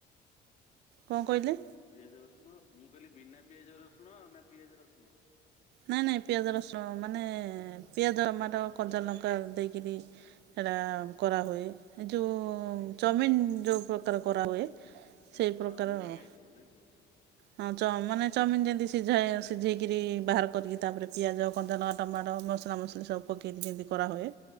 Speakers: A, on the right (about 65°); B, on the left (about 40°).
A: କଣ କହିଲେ?
B: ପିଆଜ ରସୁଣ ମୁଁ କହିଲି ବିନା ପିଆଜ ରସୁଣ ନା ପିଆଜ ରସୁଣ?
A: ନାଇଁ ନାଇଁ ପିଆଜ ରସୁଣ ମାନେ ପିଆଜ
B: ହୁଁ
A: ଟମାଟ କଞ୍ଚା ଲଙ୍କା ଦେଇକରି ସେଇଟା କରାହୁଏ ଏ ଯୋଉ
B: ହୁଁ
A: ଚାଉମିିନ୍ ଯୋଉ ପ୍ରକାର କରାହୁଏ।
B: ଆଚ୍ଛା
A: ସେଇ ପ୍ରକାର
B: ଚାଉମିନ୍ ଟାଇପ୍ ର ନା କି?
A: ହଁ ଚ ମାନେ ଚଉମିନ୍ ଯେମିତି
B: ଆଚ୍ଛା
A: ସିଝା
B: ଆଚ୍ଛା
A: ସିଝେଇକିରି ବାହାର କରିକି ତାପରେ ପିଆଜ କଞ୍ଚାଳଙ୍କା ଟମାଟ ମସଲା ମସଲି ସବୁ ପକେଇକି ଯେମିତି କରାହୁଏ।